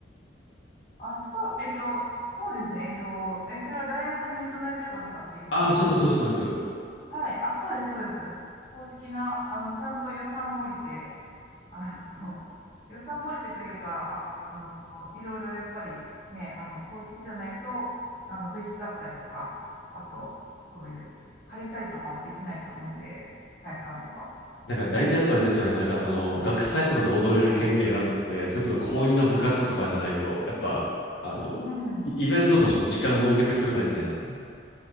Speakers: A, on the left; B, on the left.
A: あ、そう、えっと、そうですね。えっと、え、それは大学に認められてるかどうかっていう意味ですよね。
B: ああ、そうです、そうです、そうです。
A: はい。あ、そうです、そうです。公式な、あの、ちゃんと予算も降りて、あの、<laughs> 予算も降りてというか、ああの、いろいろやっぱりね、あの、公式じゃないと、あの、物室だったりとか、あと、そういう、借りたりとかもできないと思うんで、体育館とか。
B: なんか大体やっぱりですよね。なんかその、学祭とかで踊れる権限あるのって、
A: はい。
B: それこそ公認の部活とかじゃないと、
A: うん。
B: やっぱ、あの、
A: うん
B: イイベントとして時間設けてくれないじゃないですか。